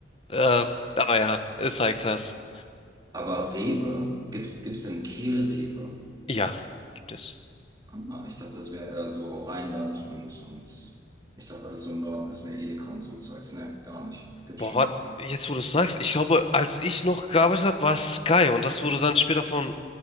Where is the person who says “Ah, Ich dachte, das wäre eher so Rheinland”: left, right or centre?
Right